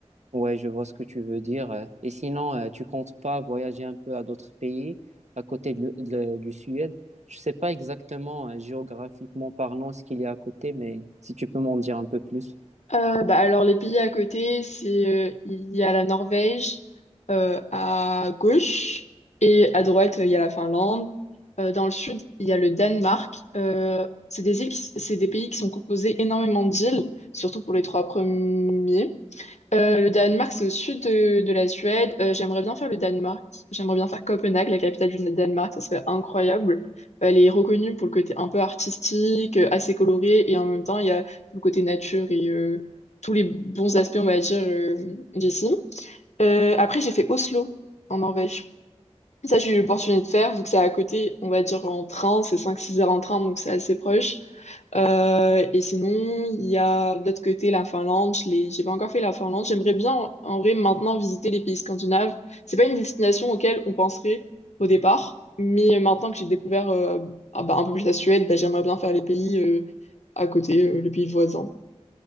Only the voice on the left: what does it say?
Euh, bah alors les pays à côté, c'est euh, il y a la Norvège euh, à gauche et à droite euh, il y a la Finlande. Euh, dans le sud il y a le Danemark. Euh, c'est des îles qui- c'est des pays qui sont composés énormément d'îles, surtout pour les trois premiers. Euh, le Danemark, c'est au sud de, de la Suède. Euh, j'aimerais bien faire le Danemark. J'aimerais bien faire Copenhague, la capitale du Danemark. Ça serait incroyable. Elle est reconnue pour le côté un peu artistique, euh, assez coloré, et en même temps, il y a tout le côté nature et euh, tous les bons aspects, on va dire, euh, d'ici. Euh, après, j'ai fait Oslo, en Norvège. Ça, j'ai eu l'opportunité de faire, vu que c'est à côté, on va dire, en train. C'est cinq-six heures en train, donc c'est assez proche. Euh, et sinon, il y a de l'autre côté la Finlande. Je l'ai, j'ai pas encore fait la Finlande. J'aimerais bien en, en vrai maintenant visiter les pays scandinaves. C'est pas une destination auquel on penserait au départ, mais maintenant que j'ai découvert euh, ah bah, un peu plus la Suède, bah, j'aimerais bien faire les pays euh, à côté, euh, les pays voisins.